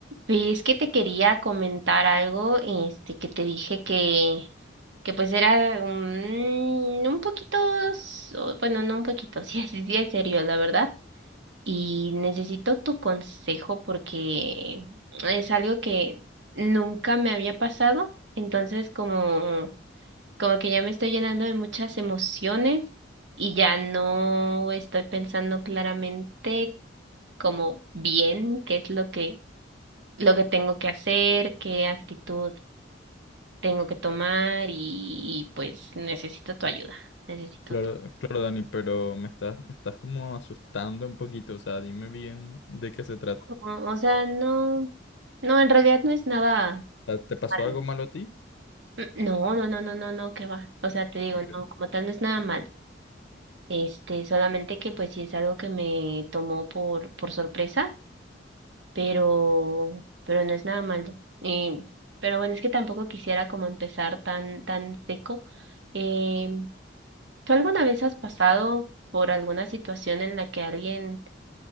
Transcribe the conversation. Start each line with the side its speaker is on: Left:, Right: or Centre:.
Right: Pues que te quería comentar algo, este, que te dije que, que pues era un, un poquito, so- bueno, no un poquito, <laughs> sí, es- sí es serio, la verdad. Y necesito tu consejo porque es algo que nunca me había pasado, entonces como, como que ya me estoy llenando de muchas emociones y ya no estoy pensando claramente como bien qué es lo que lo que tengo que hacer, qué actitud tengo que tomar y, y, pues necesito tu ayuda, necesito
Left: Claro,
Right: tu...
Left: claro, Dani, pero me estás, me estás como asustando un poquito. O sea, dime bien de qué se trata.
Right: O, o sea, no, no, en realidad no es nada
Left: O ¿Te pasó
Right: malo.
Left: algo malo a ti?
Right: Mm, No, no, no, no, no, no, qué va. O sea, te digo,
Left: Ok.
Right: no, como tal no es nada malo. Este, solamente que pues sí es algo que me tomó por, por sorpresa, pero, pero no es nada malo. Y, pero bueno, es que tampoco quisiera como empezar tan, tan seco. eh, ¿Tú alguna vez has pasado por alguna situación en la que alguien